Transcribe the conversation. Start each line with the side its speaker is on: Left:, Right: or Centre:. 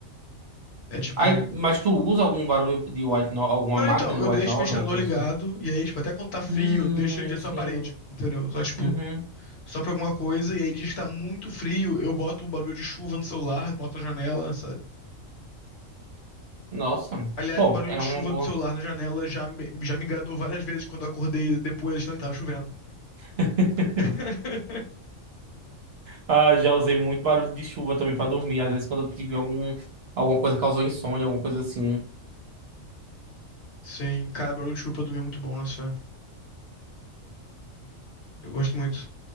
Left: É tipo.
Right: Aí, mas tu usa algum barulho de white noise, alguma
Left: Não,
Right: máquina
Left: então,
Right: de
Left: eu
Right: white
Left: deixo
Right: noise,
Left: o ventilador
Right: alguma coisa
Left: ligado,
Right: assim?
Left: e aí, tipo, até quando tá frio,
Right: Hum,
Left: eu deixo ele direto
Right: sim.
Left: na parede, entendeu? Só, tipo,
Right: Uhum.
Left: só pra alguma coisa, e aí diz que tá muito frio, eu boto um barulho de chuva no celular, boto na janela, sabe?
Right: Nossa.
Left: Aliás,
Right: Bom,
Left: o barulho
Right: é
Left: de
Right: uma
Left: chuva
Right: boa.
Left: do celular na janela já me, já me enganou várias vezes quando eu acordei depois achando que tava chovendo.
Right: <laughs>
Left: <laughs>
Right: Ah, já usei muito barulho de chuva também pra dormir. Às vezes quando eu tive algum, alguma coisa que causou insônia, alguma coisa assim.
Left: Sim, cara, barulho de chuva pra dormir é muito bom, nossa senhora. Eu gosto muito.